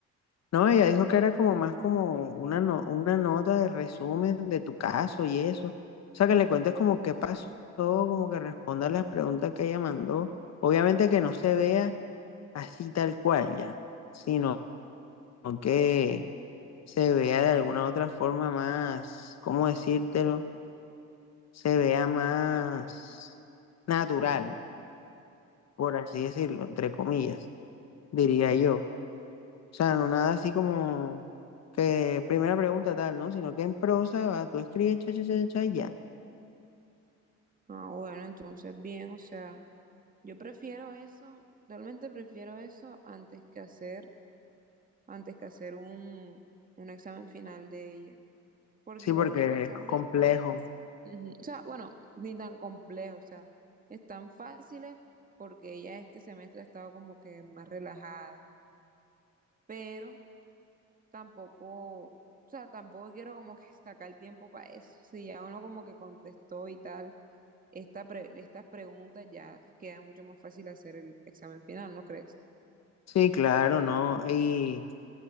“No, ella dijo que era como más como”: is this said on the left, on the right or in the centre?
Left